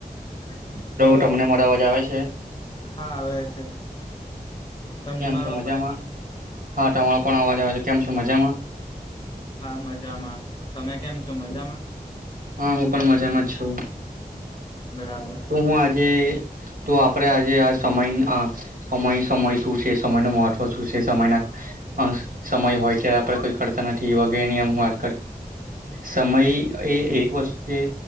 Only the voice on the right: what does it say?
તમને મારો અવાજ આવે છે
કેમ
છો મજામાં?
હા તમારો પણ અવાજ આવે છે. કેમ છો મજામાં?
હા હું પણ મજામાં છું.
તો હું આજે તો આપડે આજે આ સમય સમય સમય શું છે સમય ન મહત્વ શું છે સમયના સમય હોય ત્યારે આપડે કોઈ કરતા નથી વગેરે નિયમ વા સમય એ એક વતુ છે